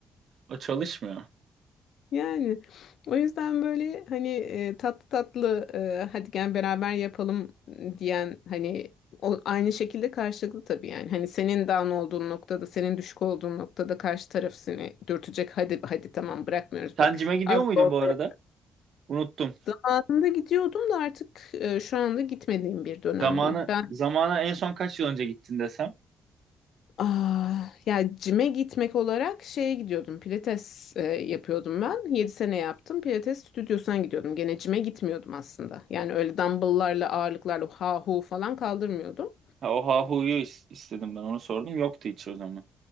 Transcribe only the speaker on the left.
Yani o yüzden böyle hani e, tatlı tatlı e, hadi gel beraber yapalım diyen hani o, aynı şekilde karşılıklı tabii yani. Hani senin down olduğun noktada, senin düşük olduğun noktada karşı taraf seni dürtecek. Hadi hadi tamam bırakmıyoruz
bak.
Az
da olsa
yaptım.
Anında gidiyordum da artık e, şu anda gitmediğim bir dönemdeyim.
Ben
Aa, ya cime gitmek olarak şeye gidiyordum. Pilates e, yapıyordum ben. yedi sene yaptım. Pilates stüdyosuna gidiyordum. Gene cime gitmiyordum aslında. Yani öyle dumbbell'larla ağırlıklarla ha hu falan kaldırmıyordum.